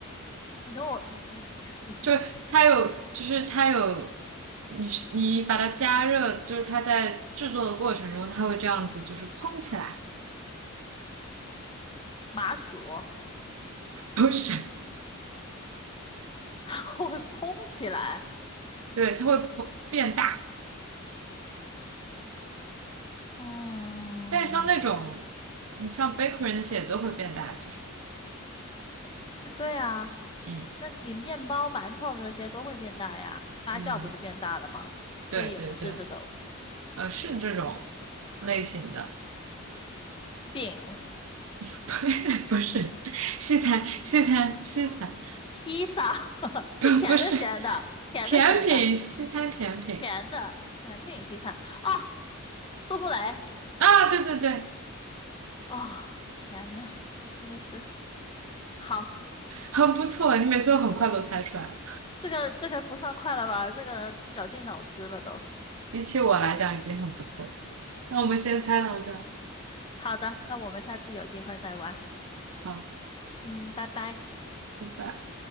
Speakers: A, on the left; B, on the right.
A: 你跟我，嗯嗯，<laughs> 你跟
B: 就是它有，就是它有，你是你把它加热，就是它在制作的过程中，它会这样子，就是蓬起来，
A: 麻薯，
B: 不是，
A: 它会 <laughs> 蓬起来。
B: 对，它会膨变大，
A: 嗯。
B: 但是像那种，你像 bakery 那些也都会变大，其实，
A: 对啊，
B: 嗯
A: 那你面包、馒头这些都会变大呀，发酵不就变大了吗？
B: 嗯，
A: 所以也不是这种
B: 对对对。呃，是这种类型的，
A: 饼、
B: <laughs> 不是不是西餐，西餐，西餐，
A: 披萨，<laughs> 是甜的、
B: 不不是
A: 咸的，甜的、
B: 甜品，
A: 咸的，
B: 西餐甜品
A: 甜的甜品西餐哦，苏芙蕾
B: 啊，对对对，
A: 哦，天呐，真的是好，
B: 很不错，你每次都很快都猜出来了，
A: 这个这个不算快了吧？这个绞尽脑汁了都。
B: 比起我来讲已经很不错了。那我们先猜到这儿，
A: 好的，那我们下次有机会再玩，
B: 好，
A: 嗯，拜拜。
B: 拜拜。